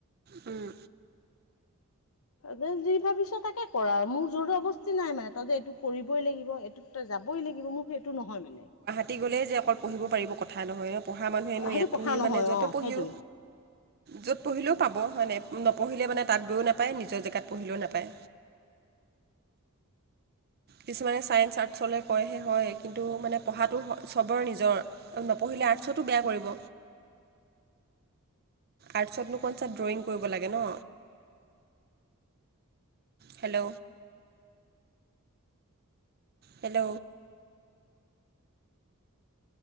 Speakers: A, on the right (about 45°); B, on the left (about 65°).
A: উম।
B: যে যি ভাবিছ তাকে কৰা আও, মোৰ জোৰ জৱস তি নাই মানে, তই যে এইটো কৰিবই লাগিব, এইটো তই যাবই লাগিব মোৰ সেইটো নহয় মানে।
A: তি গ'লেই যে অকল পঢ়িব পাৰিব কথা নহয়। পঢ়া মানুহে এনো
B: সেইটো
A: ইয়াত
B: কথা
A: পঢিও
B: নহয়
A: মানে য'তো
B: অ
A: পঢ়িও
B: সেইটোৱে
A: য'ত পঢ়িলেও পাব হয় নে? নপঢ়িলে মানে তাত গৈও নাপায় নিজৰ জেগাত পঢ়িলেও নাপায়। কিছুমানে ছায়ন্স আৰ্টছলে কয়হে হয় কিন্তু নে পঢ়াটো চবৰে নিজৰ। অ নপঢ়িলে আৰ্টছতো বেয়া কৰিব। আৰ্টছতনো কনচা ড্ৰয়িং কৰিব লাগে ন? Hello. Hello.